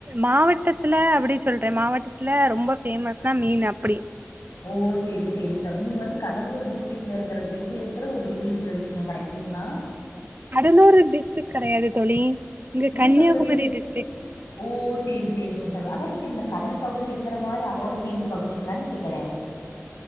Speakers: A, on the right (about 40°); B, on the left (about 80°).
A: மாவட்டத்துல அப்டி சொல்றே மாவட்டத்துல ரொம்ப ஃபேமஸ் னா மீன் அப்டி
B: ஓ சேரி சேரி ச நீங்க வந்து கடலூரு டிஸ்டிக்ல ருக்கற சைடு இருக்கற ஒரு வில்லேஜ்ல இருக்கீங்க கரெக்ட்டுங்ளா
A: கடலூரு டிஸ்டிக் கெடையாது தோழி இங்க
B: இல்ல
A: கன்னியாகுமரி
B: சகோதரி
A: டிஸ்ட்ரிக்
B: ஓ சேரி சேரிங்க சகோ அதா <unintelligible> இந்த கடல் பகுதி இருக்கற மாரி அதோட சேந்த பகுதிங்ளானு கேக்கறே